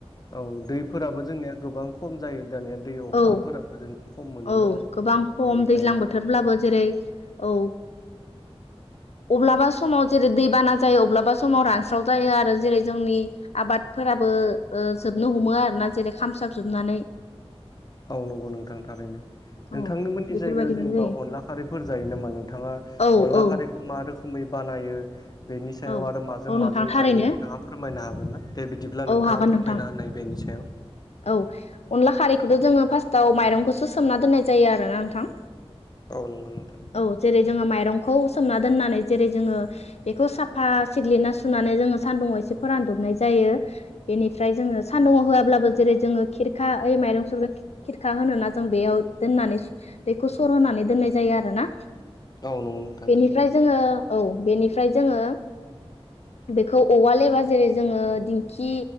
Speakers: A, on the left; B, on the left.
A: औ दैफोराबो जोंनिया गोबां खम जायो दानिया दै अखाफोराबो
B: औ
A: जों खम मोनो
B: औ
A: नालाय
B: गोबां खम
A: बेनिखायनो
B: दैज्लां बोथोरब्लाबो
A: औ
B: जेरै औ अब्लाबा समाव जेरै दैबाना जायो अब्लाबा समाव रानस्राव जायो आरो जेरै जोंनि आबादफोराबो ओ जोबनो हमो आरोना जेरै खामसाबजोबनानै
A: औ नंगौ नोंथां थारैनो नोंथांमोननि
B: औ बेफोरबायदिनो
A: जायगायाव जेनेबा
B: जायो
A: अनला खारैफोर जायो नामा नोंथाङा
B: औ
A: अनला
B: औ
A: खारै खौ मा रोखोमै बानायो बेनि सायाव
B: औ
A: आरो माजों
B: औ नोंथां
A: माजों
B: थारैनो
A: जायो नोंथाङा फोरमायनो हागोन ना दे बिदिब्ला
B: औ
A: नों थाङा
B: हागोन
A: फोरमायना
B: नोंथां
A: होननाय बेनि सायाव
B: औ अनला खारैखौथ जोङो फार्स्टआव माइरंखौसो सोमना दोननाय जायो आरोना नोंथां
A: औ नंगौ नोंथां
B: औ जेरै जोङो माइरंखौ सोमना दोननानै जेरै जोङो बेखौ सा फा सिग्लिना सुनानै जोङो सान्दुंवाव एसे फोरानदबनाय जायो बेनिफ्राय जोङो सान्दुुंवाव होआब्लाबो जेरै जोङो खेरखा ओइ माइरं सुग्रा खि खिरखा होनना जों बेयाव दोननानै बेखौ सर होनानै दोननाय जायो आरोना
A: औ नंगौ नोंथां
B: बेनिफ्राय
A: थारैनो
B: जोङो औ बेनिफ्राय जोङो बेखौ औवाल एबा जेरै जोङो दिंखि